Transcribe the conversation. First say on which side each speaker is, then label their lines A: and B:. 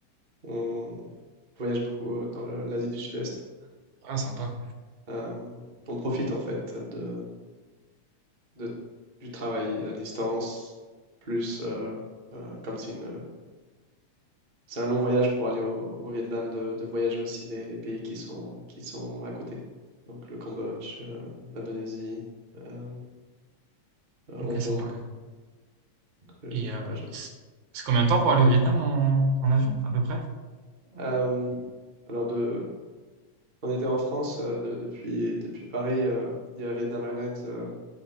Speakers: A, on the right (about 50°); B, on the right (about 75°).
A: on voyage beaucoup euh, dans le- l'Asie du Sud-Est.
B: Ah sympa. Ouais.
A: Euh, on profite en fait de, de- du travail à distance, plus euh, euh, comme c'est une C'est un long voyage pour aller au, au Vietnam, de, de voyager aussi les, les pays qui sont, qui sont à côté. Donc le Cambodge, euh, l'Indonésie, euh, euh,
B: OK,
A: Hong Kong,
B: sympa.
A: le,
B: Et heu,
A: le Japon.
B: c c'est combien de temps pour aller au Vietnam en en avion, à peu près?
A: Euh, alors de, on était en France euh, de- depuis, depuis Paris. euh, il y a Vietnam Airlines euh,